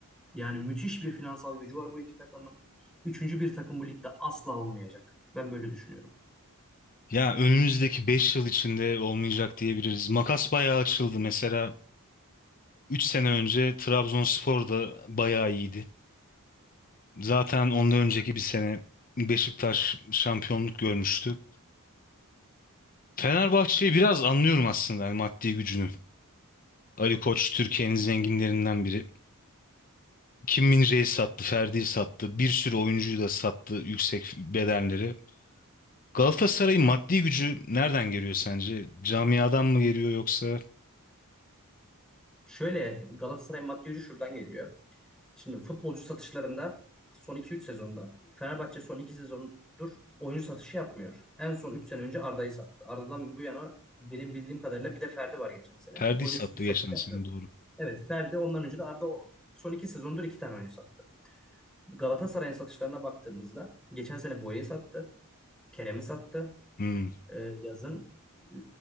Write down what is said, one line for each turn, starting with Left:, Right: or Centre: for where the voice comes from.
Centre: Yani müthiş bir finansal gücü var bu iki takımın. Üçüncü bir takım bu ligde asla olmayacak. Ben böyle düşünüyorum.
Left: Ya önümüzdeki beş yıl içinde olmayacak diyebiliriz. Makas bayağı açıldı. Mesela Üç sene önce Trabzonspor da bayağı iyiydi. Zaten ondan önceki bir sene Beşiktaş şampiyonluk görmüştü. Fenerbahçe'yi biraz anlıyorum aslında yani maddi gücünü. Ali Koç Türkiye'nin zenginlerinden biri. Kim Min-jae'yi sattı, Ferdi'yi sattı, bir sürü oyuncuyu da sattı yüksek bedelleri. Galatasaray'ın maddi gücü nereden geliyor sence? Camiadan mı geliyor yoksa?
Centre: Şöyle Galatasaray maddi gücü şuradan geliyor. Şimdi futbolcu satışlarında son iki üç sezonda Fenerbahçe son iki sezondur oyuncu satışı yapmıyor. En son 3 sene önce Arda'yı sattı. Arda'dan bu yana benim bildiğim kadarıyla bir de Ferdi var geçen sene.
Left: Ferdi'yi
Centre: Oyuncu
Left: sattı
Centre: satışı
Left: geçen
Centre: yapmıyor.
Left: sene doğru.
Centre: Evet Ferdi ondan önce de Arda o- son 2 sezondur 2 tane oyuncu sattı. Galatasaray'ın satışlarına baktığımızda geçen sene Boya'yı sattı. Kerem'i sattı
Left: Hmm.
Centre: e, yazın. E,